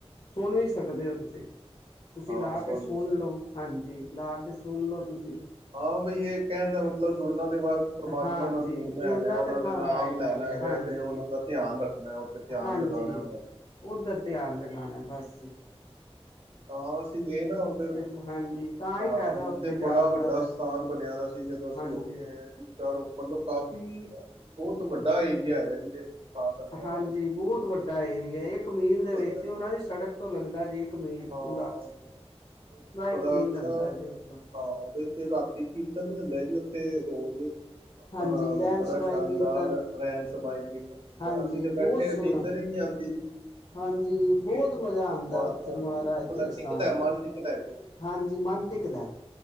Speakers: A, on the left (about 55°); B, on the right (about 60°).
A: ਸੁਨ ਵੀ ਸਕਦੇ
B: ਅੱਛਾ
A: ਹੋ ਤੁਸੀਂ, ਤੁਸੀਂ
B: ਹਾਂ
A: ਲਾਕੇ
B: ਸੋਨੀ
A: ਸੁਣ
B: ਸਰ
A: ਲਓ। ਹਾਂਜੀ, ਲਾਕੇ
B: ਠੀਕ
A: ਸੁਣਲੋ
B: ਹੈ।
A: ਤੁਸ
B: ਹਾਂ ਬਈ ਇਹ ਕਹਿਣ ਦਾ ਮਤਲਬ ਜੁੜਨਾ ਦੇ ਬਸ, ਪਰਮਾਤਮਾ
A: ਹਾਂਜੀ
B: ਨਾਲ ਜੁੜਨਾ ਹੈਗਾ, ਉਹਨਾਂ
A: ਤੇ
B: ਦੇ
A: ਮਹਾਰਾਜ
B: ਨਾਮ
A: ਨਾਲ
B: ਲੈਣਾ
A: ਹੈ
B: ਹੈਗਾ
A: ਹਾਂਜੀ
B: ਤੇ, ਉਹਨਾਂ ਦਾ ਧਿਆਨ ਰੱਖਣਾ। ਧਿਆਨ
A: ਹਾਂਜੀ।
B: ਲਗਾਉਣਾ ਉਹਨਾਂ
A: ਉਧਰ
B: ਠੀਕ
A: ਧਿਆਨ
B: ਹੈ
A: ਲਗਾਣਾ ਬਸ, ਜ
B: ਹਾਂ, ਅਸੀਂ ਗਏ ਨਾ ਫਿਰ,
A: ਚ ਹਾਂਜੀ ਤਾਂ
B: ਹਾਂ,
A: ਹੀ ਫਾਇਦਾ
B: ਹੁਣ
A: ਉੱਥੇ
B: ਤੇ
A: ਜਾਣ
B: ਬੜਾ ਵੱਡਾ
A: ਦਾ
B: ਸਥਾਨ ਬਣਿਆਦਾ ਸੀ, ਜਦੋਂ ਅਸੀਂ
A: ਹਾਂਜੀ
B: ਹੋਕੇ ਆਏ ਹਾਂ ਇੱਥੇ। ਉੱਪਰ, ਕਾਫ਼ੀ ਬਹੁਤ ਵੱਡਾ ਏਰੀਆ ਹੈਗਾ ਜਿਹਦੇ ਵਿੱਚ ਸਥਾਨ ਬਣਿਆ ਹੋਇਆ
A: ਹਾਂਜੀ, ਬਹੁਤ ਵੱਡਾ ਏਰੀਆ ਇੱਕ-ਮੀਲ
B: ਬਹੁਤ
A: ਦੇ
B: ਵੱਡਾ
A: ਵਿੱਚ,
B: ਹੈ
A: ਉਹਨਾਂ ਦੀ ਸ਼ੜਕ ਤੋਂ ਲੱਗਦਾ ਜੇ ਕੇ ਮੀਲ
B: ਹਾਂਜੀ
A: ਪੂਰਾ,
B: ਹਾਂਜੀ
A: ਪੂਰਾ ਇੱਕ-ਮੀਲ
B: ਬੜਾ ਅੱਛਾ
A: ਲੱਗਦਾ ਜੇ ਉੱਥੋਂ।
B: ਹਾਂ, ਤੇ ਫਿਰ ਰਾਤੀ ਕੀਰਤਨ ਵੀ ਹੁੰਦਾ ਜੀ ਉੱਥੇ ਰੋਜ਼। ਅਪਣਾ
A: ਹਾਂਜੀ ਰਹਿਣ
B: ਬੜਾ
A: ਸਬਾਈ
B: ਸ਼ਾਨਦਾਰ
A: ਕੀਰਤਨ
B: ਰੈਣ ਸਬਾਈ ਕੀਰਤਨ ਹੁੰਦਾ,
A: ਹਾਂਜੀ
B: ਅਸੀਂ ਤੇ ਬੈਠੇ
A: ਬਹੁਤ ਸੋਹਣਾ
B: ਨੀੰਦਰ ਹੀ ਨੀ ਆਉਂਦੇ
A: ਹਾਂਜੀ, ਬਹੁਤ
B: ਪਰਮਾਤਮਾ
A: ਮਜ਼ਾ ਆਂਦਾ ਉੱਥੇ ਮਹਾਰਾਜ
B: ਮਤਲਬ
A: ਦੇ ਅਸਥਾਨ
B: ਟਿਕਦਾ ਮਨ
A: ਤੇ,
B: ਟਿਕਦਾ ਜੀ ਉੱਥੇ
A: ਹਾਂਜੀ ਮਨ ਟਿਕਦਾ।